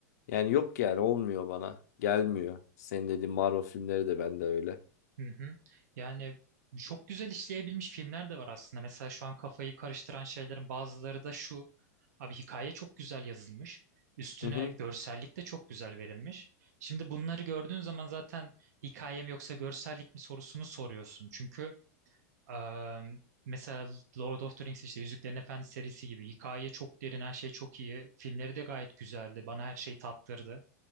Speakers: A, on the left (about 70°); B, on the right (about 75°).
A: yani yok yani olmuyor bana. Gelmiyor. Senin dediğin Marvel filmleri de bende öyle.
B: Hı hı. Yani çok güzel işleyebilmiş filmler de var aslında. Mesela şu an kafayı karıştıran şeylerin bazıları da şu. Abi hikaye çok güzel yazılmış. Üstüne
A: Hı hı.
B: görsellik de çok güzel verilmiş. Şimdi bunları gördüğün zaman zaten hikayem yoksa görsellik mi sorusunu soruyorsun. Çünkü Eee, mesela Lord of the Rings işte Yüzüklerin Efendisi serisi gibi. Hikaye çok derin, her şey çok iyi. Filmleri de gayet güzeldi. Bana her şeyi tattırdı.